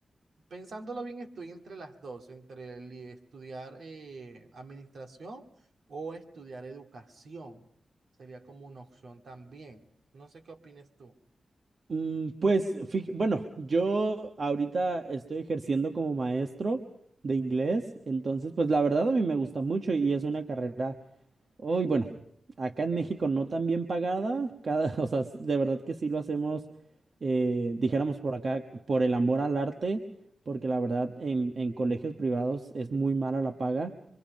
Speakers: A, on the right (about 75°); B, on the right (about 60°).
A: pensándolo bien, estoy entre las dos, entre el estudiar eh, administración o estudiar educación. Sería como una opción también. No sé qué opines tú.
B: Mm, Pues, fij- bueno, yo ahorita estoy ejerciendo como maestro de inglés, entonces, pues la verdad a mí me gusta mucho y es una carrera. Uy, bueno, acá en México no tan bien pagada, cada, <laughs> o sea, de verdad que sí lo hacemos, eh, dijéramos por acá, por el amor al arte, porque la verdad en, en colegios privados es muy mala la paga,